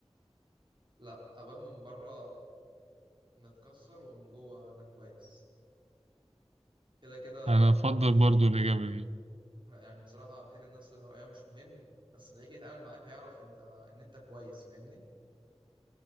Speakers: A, on the right; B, on the right.
A: لا أبان من بره متكسر ومن جوه أنا كويس كده كده
B: انا
A: آراء
B: افضل
A: الناس مش
B: برضو الاجابه دي
A: لا يعني بصراحة كده كان الناس اللي رأيها مش مهم بس اللي يجي يتعامل معاك هيعرف انت ان انت كويس فاهمني